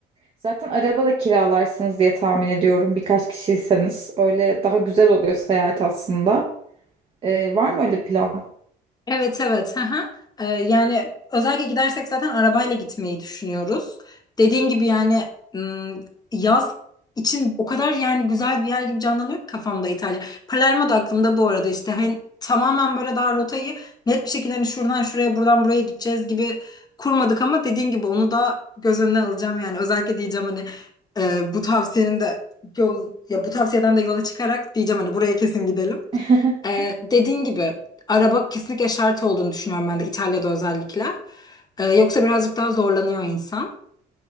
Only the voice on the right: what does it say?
Zaten araba da kiralarsınız diye tahmin ediyorum. Birkaç kişiyseniz öyle daha güzel oluyor seyahat aslında. Ee, var mı öyle plan?
<laughs>